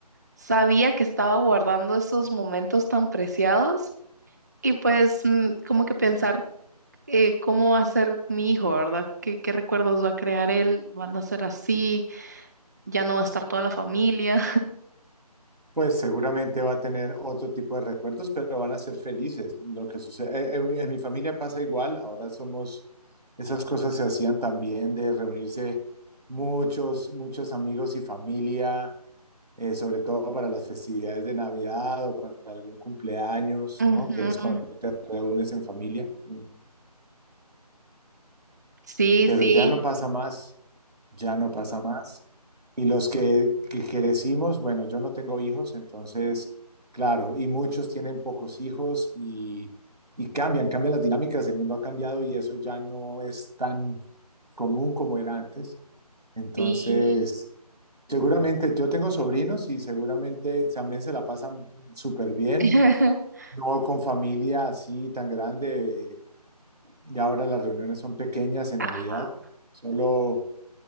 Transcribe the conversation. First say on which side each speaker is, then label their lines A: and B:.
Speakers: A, on the right; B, on the right.
A: sabía que estaba guardando esos momentos tan preciados y pues mm, como que pensar eh, cómo va a ser mi hijo, ¿verdad? ¿Qué, qué recuerdos va a crear él? ¿Van a ser así? ¿Ya no va a estar toda la familia?
B: Pues seguramente va a tener otro tipo de recuerdos, pero van a ser felices. Lo que sucede, eh, en mi, en mi familia pasa igual, ahora somos, esas cosas se hacían también de reunirse muchos, muchos amigos y familia, eh, sobre todo para las festividades de Navidad o para algún cumpleaños,
A: <laughs>
B: ¿no? Que es cuando
A: Ujú.
B: te reúnes en familia. Mm.
A: Sí,
B: pero
A: sí.
B: ya no pasa más, ya no pasa más. Y los que, que crecimos, bueno, yo no tengo hijos, entonces, claro, y muchos tienen pocos hijos y, y cambian, cambian las dinámicas, el mundo ha cambiado y eso ya no es tan común como era antes. Entonces,
A: Sí.
B: seguramente yo tengo sobrinos y seguramente también se la pasan súper bien,
A: <laughs>
B: no con familia así tan grande. eh, y ahora las reuniones son pequeñas en
A: Ajá.
B: Navidad, solo